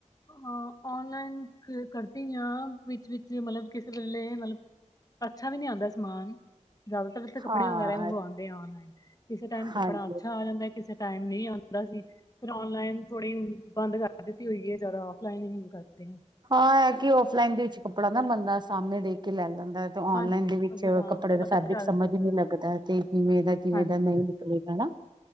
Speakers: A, on the left; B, on the right.
A: ਅ ਔਨਲਾਈਨ ਕ ਕਰਦੀ ਆਂ ਵਿੱਚ-ਵਿੱਚ ਮਲਬ ਕਿਸੇ ਵੇਲੇ ਮਲਬ ਅੱਛਾ ਵੀ ਨੀ ਆਂਦਾ ਸਮਾਨ। ਜਾਦਾਤਰ ਕਪੜੇ
B: ਹਾਂ
A: ਵਗੈਰਾ ਈ ਮੰਗਵਾਂਦੇ ਆ ਔਨਲਾਈਨ, ਕਿਸੇ ਟੈਮ ਕੱਪੜਾ
B: ਹਾਂਜੀ
A: ਅੱਛਾ ਆ ਜਾਂਦੈ ਕਿਸੇ ਟਾਈਮ ਨੀ ਆਂਦਾ ਸੀ, ਫੇਰ ਔਨਲਾਈਨ ਥੋੜੀ ਹੂਨ ਬਾੰਦ ਕਾਰ ਦਿੱਤੀ ਹੋਈ ਏ ਜਾਦਾ ਔਫਲਾਈਨ ਈ ਕਰਤੇ ਐਂ।
B: ਹਾਂ, ਐ-ਐ ਕਿ ਔਫਲਾਈਨ ਦੇ ਵਿੱਚ ਕੱਪੜਾ ਨਾ ਬੰਦਾ ਸਾਮਨੇ ਦੇਖ ਕੇ ਲੈ ਲੈਂਦੈ। ਤੇ ਔਨਲਾਈਨ
A: ਹਾਂਜੀ
B: ਦੇ ਵਿੱਚ
A: ਉਹ ਦੁਕਾਨ
B: ਕੱਪੜੇ
A: 'ਤੇ
B: ਦਾ
A: ਪਤਾ
B: ਫੈਬਰਿਕ
A: ਚੱਲ
B: ਸਮਜ
A: ਜਾਂਦਾ
B: ਈ ਨੀ
A: ਹੈ।
B: ਲੱਗਦੈ, ਤੇ ਕਿਵੇਂ ਦਾ, ਕਿਵੇਂ
A: ਹਾਂਜੀ
B: ਦਾ ਨਈ
A: ਹਾਂਜੀ
B: ਨਿਕਲੇਗਾ ਨਾ।